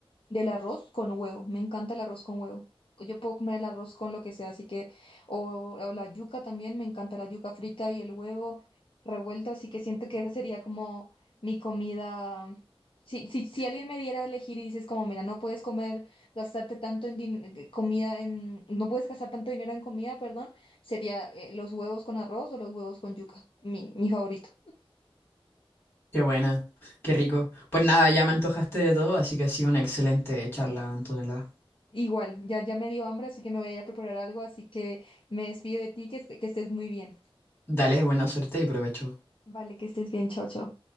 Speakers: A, on the left (about 65°); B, on the left (about 25°).
A: del arroz con huevo. Me encanta el arroz con huevo. Yo puedo comer el arroz con lo que sea, así que, o, o la yuca también, me encanta la yuca frita y el huevo revuelto, así que siento que esa sería como mi comida. Si, si, si alguien me diera a elegir y dices como, mira, no puedes comer, gastarte tanto en din- eh, comida, en, no puedes gastar tanto dinero en comida, perdón, sería eh, los huevos con arroz o los huevos con yuca, mi, mi favorito.
B: Qué buena, qué rico. Pues nada, ya me antojaste de todo, así que ha sido una excelente charla, Antonella.
A: Igual, ya, ya me dio hambre, así que me voy a ir a preparar algo, así que me despido de ti, que, est- que estés muy bien.
B: Dale, buena suerte y provecho.
A: Vale, que estés bien, chao, chao.